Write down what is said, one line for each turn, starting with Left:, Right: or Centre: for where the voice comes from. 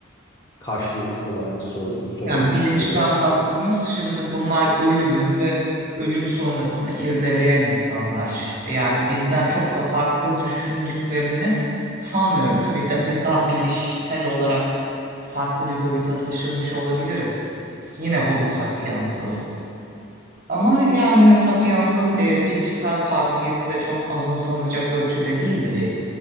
Left: karşılık olarak sor- söylemek
Right: Yani bilinçten
Left: istiyorum.
Right: kastımız şimdi bunlar ölümün ve ölüm sonrasını irdeleyen insanlar. Yani bizden çok da farklı düşündüklerini sanmıyorum. Tabii da, biz daha bilişsel olarak farklı bir boyuta taşınmış olabiliriz. Yine homo sapiens'iz. Ama yani yine sapiens'in e, bilişsel kabiliyeti de çok azımsanacak ölçüde değildi bir